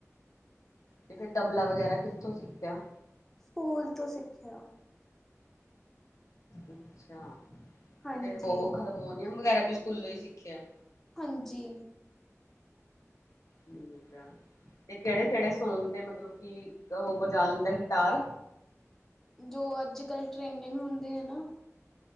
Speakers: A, on the left; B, in the centre.
A: ਤੇ ਫਿਰ ਤਬਲਾ ਵਗੈਰਾ ਕਿੱਥੋਂ ਸਿੱਖਿਆ
B: ਸਕੂਲ ਤੋਂ ਸਿੱਖਿਆ
A: ਅੱਛਾ
B: ਹਾਂਜੀ,
A: ਤੇ ਬਹੁ ਹਰਮੋਨੀਅਮ ਵਗੈਰਾ ਵੀ ਸਕੂਲੋਂ ਹੀ ਸਿੱਖਿਆ
B: ਹਾਂਜੀ।
A: ਠੀਕ ਆ ਤੇ ਕਿਹੜੇ-ਕਿਹੜੇ
B: ਹਾਂ,
A: ਸੌਂਗ ਤੇ ਮਤ ਮਤਲਬ ਕਿ ਉਹ ਬਜਾ ਲੈਂਦਾ ਗਿਟਾਰ
B: ਜੋ ਅੱਜ ਕੱਲ ਟ੍ਰੈਂਡਿੰਗ ਹੁੰਦੇ ਹੈ ਨਾ